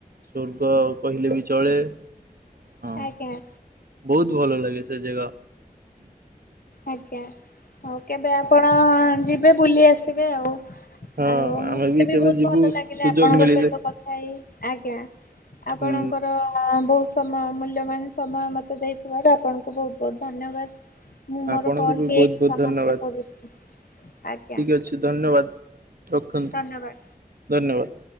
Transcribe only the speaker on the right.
ସ୍ୱର୍ଗ କହିଲେ ବି ଚଳେ। ହଁ
ବହୁତ ଭଲ ଲାଗେ ସେ ଜେଗା।
ହଁ
ଆମେ
କେବେ
ଯିବୁ
ସୁଯୋଗ
ମିଳିଲେ
ହୁଁ
ଆପଣଙ୍କୁ
ବି
ବହୁତ
ବହୁତ
ଧନ୍ୟବାଦ
ଠିକ ଅଛି ଧନ୍ୟବାଦ ରଖନ୍ତୁ
ଧନ୍ୟବାଦ।